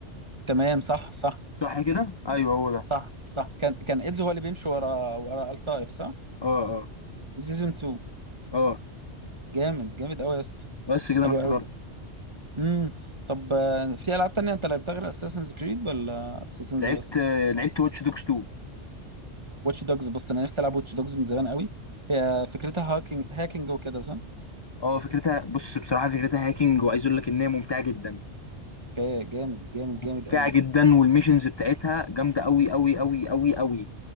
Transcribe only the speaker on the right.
تمام صح صح
صح صح كان كان ايدزي هو اللي بيمشي ورا ورا الطائر صح
في سيزون 2
جامد جامد قوي يا اسطى
حلو
قوي امم طب آه، في العاب تانية انت لعبتها غير اساسنز كريد ولا اساسنز
بس
واتش دوجز بص انا نفسي العب واتش دوجز من زمان قوي هي فكرتها هاكينج هاكينج وكده صح
اوكي جامد جامد
جامد قوي